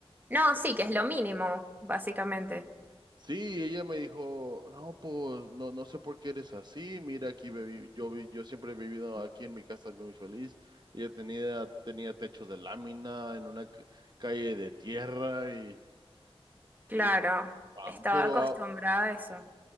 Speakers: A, on the right (about 20°); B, on the right (about 45°).
A: No, sí, que es lo mínimo, básicamente.
B: Sí, ella me dijo, no, pues no, no sé por qué eres así, mira, aquí viví- yo, vi- yo siempre he vivido aquí en mi casa muy feliz, ella tenía, tenía techo de lámina en una ca- calle de tierra y,
A: Claro,
B: y wo- wow,
A: estaba
B: pero
A: acostumbrada
B: ah,
A: a eso.